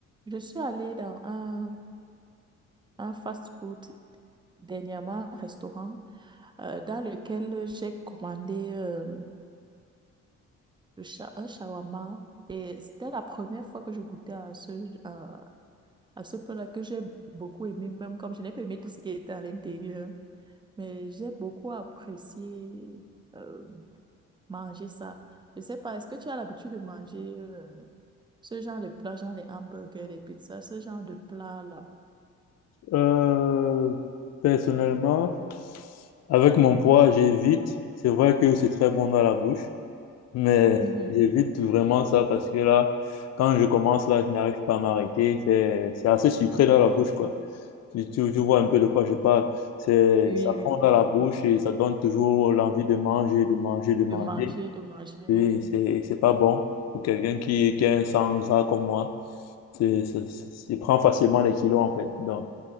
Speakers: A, on the right; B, on the left.
A: Je suis allée dans un, un fast-food dernièrement, un restaurant, euh, dans lequel j'ai commandé euh, le sha- un shawarma. Et c'était la première fois que je goûtais à ce, à, à ce plat que j'ai beaucoup aimé, même comme je n'ai pas aimé tout ce qui était à l'intérieur. Mais j'ai beaucoup apprécié euh, manger ça. Je sais pas, est-ce que tu as l'habitude de manger euh, ce genre de plat, genre les hamburgers, les pizzas, ce genre de plat-là?
B: Euh, personnellement, avec mon poids, j'évite. C'est vrai que c'est très bon dans la bouche, mais
A: Mhm.
B: j'évite vraiment ça parce que là, quand je commence, là, je n'arrive pas à m'arrêter. C'est, c'est assez sucré dans la bouche, quoi. Tu, tu- tu vois un peu de quoi je parle. C'est,
A: Oui,
B: ça
A: oui,
B: fond dans la
A: oui.
B: bouche et ça donne toujours l'envie de manger, de manger, de manger.
A: De manger, de manger,
B: Et
A: oui.
B: c'est, c'est pas bon pour quelqu'un qui, qui a un sang gras comme moi. C'est, c'est- c'est- il prend facilement des kilos, en fait. Donc,